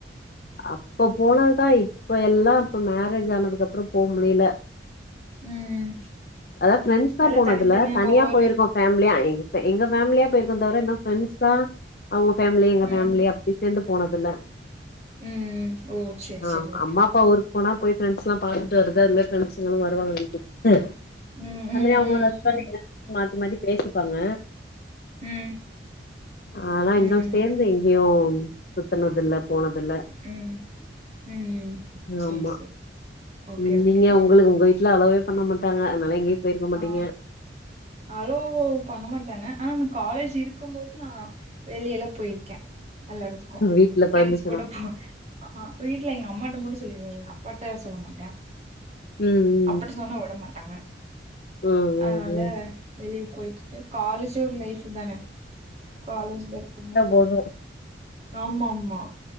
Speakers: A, on the left (about 55°); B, on the right (about 40°).
A: அப்ப போனதுதா இப்ப எல்லா இப்ப மேரேஜ் ஆனதுக்கு அப்பறோ போவ் முடியில
B: ம்.
A: அதா பிரெண்ட்ஸ் தா
B: எல்லாம்
A: போனதுல
B: தனித்தனியா
A: தனியா
B: ஒவ்வொரு
A: போயிருக்கோ
B: இடத்து
A: ஃபேமிலியா எங் ப்ப எங்க பேமிலியா போயிருக்கோ தவிர இன்னு ப்ரெண்ட்ஸ் தா அவுங்க பேம்லி எங்க
B: ம்.
A: பேம்லிஅப் ப்பி சேந்து போனதுல
B: ம். ஓ! சரி
A: ஆ
B: சரி ஓகே.
A: அம்மா அப்பா ஊர்க் போனா போய் ஃப்ரெண்ட்ஸ் ல்லா பாத்துட்டு வருது அது மாறி ஃப்ரெண்ட்ஸ்ங்களு வருவாங்க வீட்டுக்கு
B: ம்
A: தனியா
B: ம் ம்
A: போன தன்யா
B: ம்
A: என்ன எல்லா மாத்தி மாத்தி பேசிப்பாங்க
B: ம்
A: ஆனா இன்னு
B: ம்
A: சேந்து எங்கேயு சுத்தனதில்ல போனதுல
B: ம் ம். ம். சரி
A: ஆமா
B: சரி. ஓகே
A: ம்
B: ஓகே.
A: நீங்க
B: ம்.
A: உங்களுக்கு உங்க வீட்டுல அவ்ளவே பண்ண மாட்டாங்க அதனால எங்கேயு போயிருக்க மாட்டீங்க
B: ஆ அளோ பண்ணமாட்டாங்க ஆனா நா காலேஜ் இருக்கும் போது நா வெளியல்லா போயிருக்கே எல்லா எடத்துக்கு
A: வீட்ல
B: ப்ரெண்ட்ஸ்
A: பர்மிஷன்
B: கூட
A: வாங்க
B: போ ஆ வீட்ல எங்க அம்மாட்ட மட்டு சொல்லிருவே எங்க அப்பாட்ட சொல்ல மாட்டே
A: ம்
B: அப்பட்டி சொன்னா விட மாட்டாங்க
A: ம் ம் ம் ம்
B: அனால
A: ம்
B: வெளிய போயிக்டுட்டு காலேஜு ஒரு லைஃப் பு தான காலேஜ்ல இருக்குமோ
A: ஓஓ
B: ஆமா ஆமா